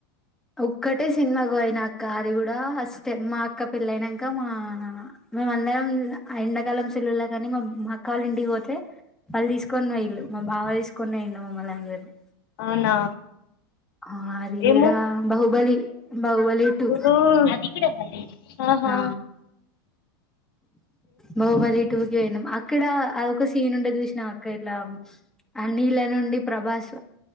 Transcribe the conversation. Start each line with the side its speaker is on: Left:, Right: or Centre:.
Centre: ఒక్కటే సినిమాకు పోయినక్క అది కూడా అస్తే మా అక్క పెళ్ళయినాక మా మేమ అందరం ఎండాకాలం సెలవులకుకాని మా అక్క వాళ్ళ ఇంటికి పోతే వాళ్ళు తీసుకొని పోయిళ్ళు మా బావ తీసుకొని వేండు మమ్మల్ని అందరిని
Left: అవునా
Centre: ఆ అదికూడా
Left: ఏ
Centre: బాహుబలి బాహుబలి టూ
Left: ఓ అదిహా <unintelligible>
Centre: ఆ బాహుబలి టూ కిేనాం అక్కడ సీన్ ఉంటది చూసినవా అక్కిల ఆ నీళ్ళ నుండి ప్రభాస్